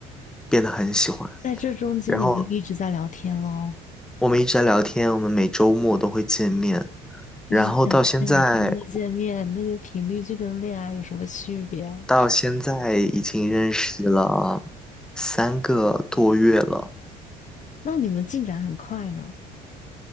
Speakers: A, in the centre; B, on the left.
A: 变得很喜欢。
B: 在这中间你们就一直在聊天喽，
A: 然后我们一直在聊天，我们每周末都会见面。
B: 一直在聊天，
A: 然后到现在，
B: 每天都见面，那个频率就跟恋爱有什么区别啊？
A: 到现在已经认识了三个多月了。
B: 那你们进展很快呢？